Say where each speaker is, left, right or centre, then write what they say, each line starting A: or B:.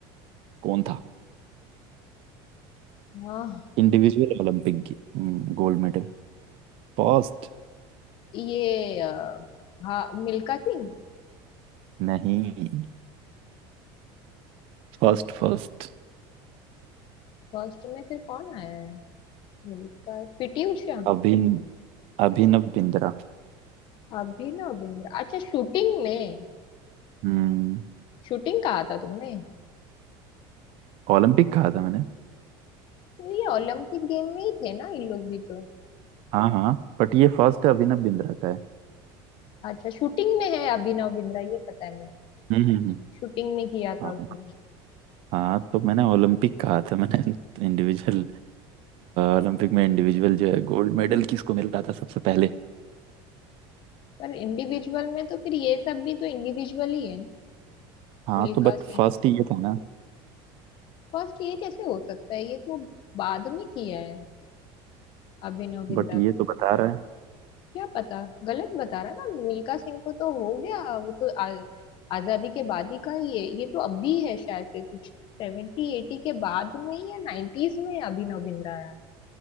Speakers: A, on the right; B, on the left.
A: कौन था
B: हाँ
A: इंडिविजुअल ओलंपिक की गोल्ड मेडल फर्स्ट
B: ये अ, हाँ मिल्खा सिंह
A: नहीं फर्स्ट फर्स्ट
B: फर्स्ट में फिर कौन आया है मिल्खा पीटी उषा
A: अभिन अभिनव बिंद्रा
B: अभिनव बिंद्रा अच्छा शूटिंग में
A: हम्म
B: शूटिंग कहा था तुमने
A: ओलंपिक कहा था मैंने
B: तो ये ओलंपिक गेम में ही थे ना इन लोग भी तो
A: हाँ हाँ बट ये फर्स्ट अभिनव बिंद्रा का है
B: अच्छा शूटिंग में है अभिनव बिंद्रा ये पता है
A: हम्म हम्म हम्म,
B: शूटिंग में किया था
A: हाँ
B: उसने
A: हाँ तो मैंने ओलंपिक कहा था मैंने इंडिविजुअल ओलंपिक में इंडिविजुअल जो है गोल्ड मेडल किसको मिल रहा था सबसे पहले
B: पर इंडिविजुअल में तो फिर ये सब भी तो इंडिविजुअल ही है ना
A: हाँ
B: मिल्खा
A: तो बट
B: सिंह
A: फर्स्ट ये था ना
B: फर्स्ट ये कैसे हो सकता है ये तो बाद में किया है अभिनव बिंद्रा
A: बट ये
B: तो
A: तो बता रहा है
B: क्या पता गलत बता रहा ना मिल्खा सिंह को तो हो गया वो तो आ, आजादी के बाद ही का ही है ये तो अब भी है शायद से कुछ सेवेंटी एटी के बाद में ही या नाइन्टीज में अभिनव बिंद्रा आया है